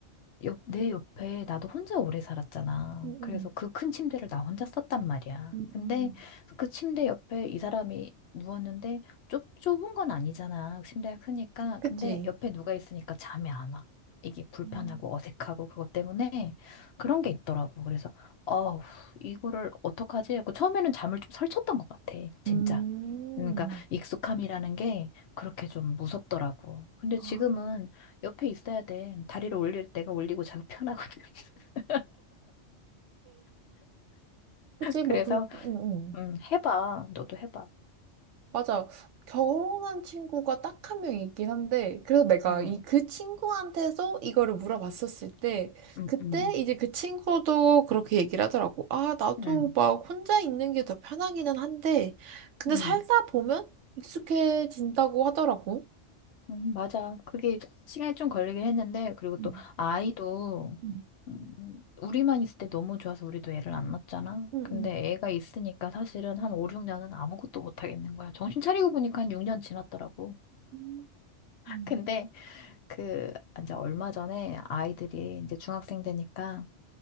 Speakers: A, on the left; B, on the right.
A: 옆, 내 옆에 나도 혼자 오래 살았잖아.
B: 음,
A: 그래서 그 큰 침대를 나 혼자 썼단 말이야.
B: 음,
A: 근데 그 침대 옆에 이 사람이 누웠는데 좁, 좁은 건 아니잖아. 침대가 크니까.
B: 그지.
A: 근데 옆에 누가 있으니까 잠이 안 와. 이게 불편하고
B: 음.
A: 어색하고 그것 때문에 그런 게 있더라고. 그래서 어우, 이거를 어떡하지? 하고 처음에는 잠을 좀 설쳤던 것 같아. 진짜.
B: 음,
A: 그러니까 익숙함이라는 게 그렇게 좀 무섭더라고. 근데
B: 아,
A: 지금은 옆에 있어야 돼. 다리를 올릴 때가 올리고 자기 편하거든. <laughs>
B: 그지. 뭐,
A: 그래서
B: 그, 음, 음.
A: 음, 해봐. 너도 해봐.
B: 맞아. 결혼한 친구가 딱 한 명 있긴 한데, 그래서 내가
A: 음,
B: 이 그 친구한테서 이거를 물어봤었을 때,
A: 음,
B: 그때
A: 음,
B: 이제 그 친구도 그렇게 얘기를 하더라고. 아, 나도
A: 음,
B: 막 혼자 있는 게 더 편하기는 한데, 근데
A: 음,
B: 살다 보면 익숙해진다고 하더라고.
A: 음, 맞아. 그게 시간이 좀 걸리긴 했는데 그리고
B: 음,
A: 또 아이도
B: 음,
A: 음, 우리만 있을 때 너무 좋아서 우리도 애를 안 낳았잖아.
B: 응,
A: 근데 애가 있으니까 사실은 한 5, 6년은 아무것도 못 하겠는 거야. 정신 차리고 보니까 한 6년 지났더라고.
B: 응. 음,
A: 근데 그 이제 얼마 전에 아이들이 이제 중학생 되니까